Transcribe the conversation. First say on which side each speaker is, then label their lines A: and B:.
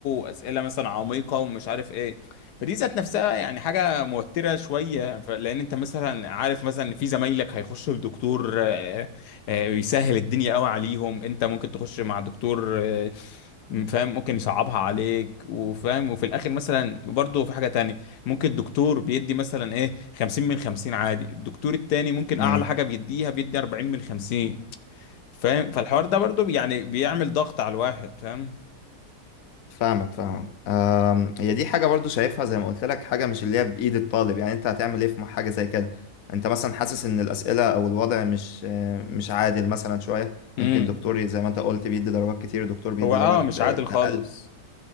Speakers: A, on the left; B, on the left.
A: اسئله مثلا عميقه ومش عارف ايه فدي ذات نفسها يعني حاجة موترة شوية ف- لأن أنت مثلا عارف مثلا إن في زمايلك هيخشوا لدكتور آه، آه، يسهل الدنيا قوي عليهم أنت ممكن تخش مع دكتور آه، فاهم ممكن يصعبها عليك وفاهم وفي الآخر مثلا برضه في حاجة تانية ممكن الدكتور بيدي مثلا إيه 50 من 50 عادي الدكتور التاني ممكن
B: امم.
A: أعلى حاجة بيديها بيدي 40 من 50 فاهم فالحوار ده برضه يعني بيعمل ضغط على الواحد فاهم
B: فاهمك فاهمك أم، هي دي حاجة برضو شايفها زي ما قلت لك حاجة مش اللي هي بإيد الطالب يعني انت هتعمل ايه في حاجة زي كده انت مثلا حاسس ان الأسئلة او الوضع مش آه، مش عادل مثلا شوية
A: امم
B: ممكن دكتور زي ما انت قلت بيدي درجات كتير دكتور بيدي
A: هو اه
B: درجات
A: مش
B: آه،
A: عادل خالص
B: أقل